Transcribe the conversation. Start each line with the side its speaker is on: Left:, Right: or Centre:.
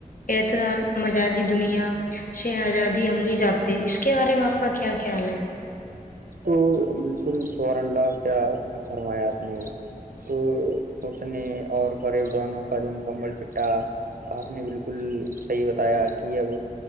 Left: اعتدال مججی دنیا شہ آزادی عملی جپط اس کے بارے میں آپ کا کیا خیال ہے
Right: تو بالکل سبارن اللہ کیا فرمایا آپ نے تو اس نے اور قریب دونوں کا جو مکمل چٹا آپ نے بالکل صحیح بتایا کہ اب